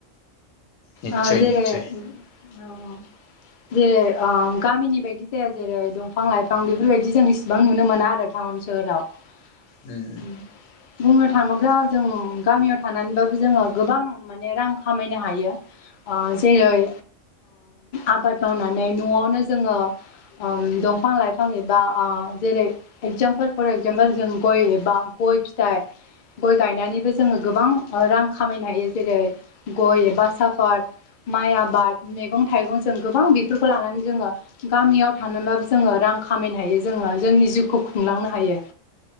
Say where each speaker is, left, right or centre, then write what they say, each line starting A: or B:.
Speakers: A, on the left; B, on the left.
A: निस्सय
B: आ देे
A: निस्सय
B: आ जेरै आ गामिनि बायदि जाया जेरै दंफां लाइफां बेफोरबायदि जों इसिबां नुनो मोना आरो। टाउन सोहोराव
A: उम
B: बुंनो थाङोब्ला जों गामियाव थानानैबाबो जोङो गोबां माने रां खामायनो हायो। अ जेरै आबाद मावनानै न'आवनो जोङो ओम दंफां लाइफां एबा जेरै एगजामपोल फर एगजामपोल जों गय एबा गय फिथाइ गय गायनानैबो जोङो गोबां रां खामायनो हायो जेरै गय एबा साफ फाद माइ आबाद मैगं थाइगं जों गोबां बेफोरखौ लानानै जोङो गामियाव थानानोबाबो जोङो रां खामायनो हायो जोङो जोंनि जिउखौ खुंलांनो हायो।